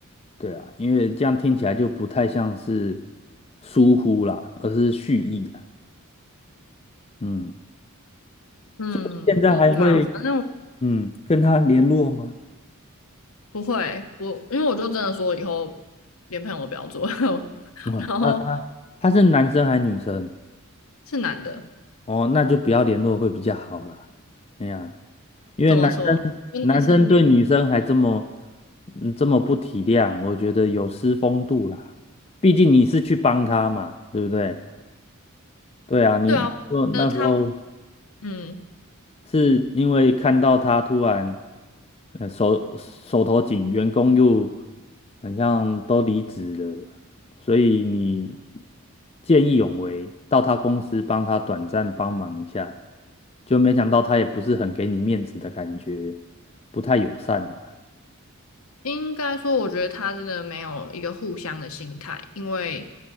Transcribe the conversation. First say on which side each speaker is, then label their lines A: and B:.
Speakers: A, on the left (about 30°); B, on the left (about 70°).
A: 对啊，因为这样听起来就不太像是疏忽啦，而是蓄意啦，嗯，
B: 嗯，
A: 所以你现在还会
B: 嗯，对啊，反正。
A: 嗯跟他联络吗？
B: 不会，我因为我就真的说以后连朋友都不要做，<laughs>
A: 啊，
B: 然后
A: 他他他是男生还是女生？
B: 是男的，
A: 哦，那就不要联络会比较好啦。哎呀，因为男生男生对女生还这么
B: 怎么说？跟男生女，
A: 嗯这么不体谅，我觉得有失风度啦。毕竟你是去帮他嘛，对不对？对啊，你说那时候。
B: 对啊，呃，他嗯。
A: 是因为看到他突然，呃手手头紧，员工又很像都离职了，所以你见义勇为，到他公司帮他短暂帮忙一下，就没想到他也不是很给你面子的感觉，不太友善啦。
B: 应该说，我觉得他真的没有一个互相的心态，因为